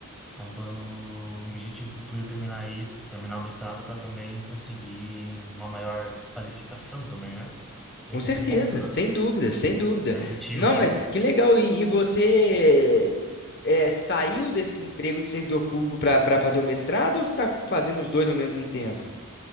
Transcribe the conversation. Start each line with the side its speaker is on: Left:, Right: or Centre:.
Centre: É um plano, um objetivo futuro eu terminar isso, terminar o mestrado para também conseguir uma maior qualificação também, né? E
Left: Com
Centre: é sempre
Left: certeza,
Centre: bom
Left: sem dúvida, sem dúvida.
Centre: Tá em ativo.
Left: Não, mas que legal. E, e você é, saiu desse emprego de servidor público para para fazer o mestrado ou você está fazendo os dois ao mesmo tempo?